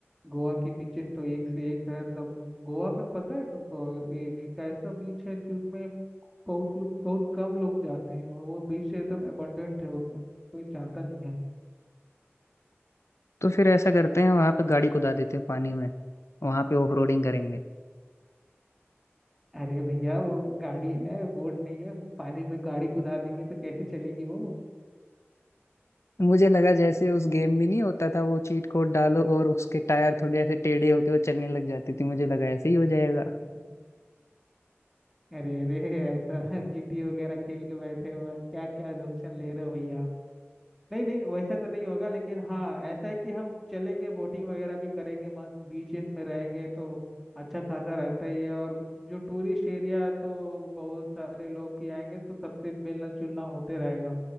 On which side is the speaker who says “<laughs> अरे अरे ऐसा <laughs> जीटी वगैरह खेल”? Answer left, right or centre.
Centre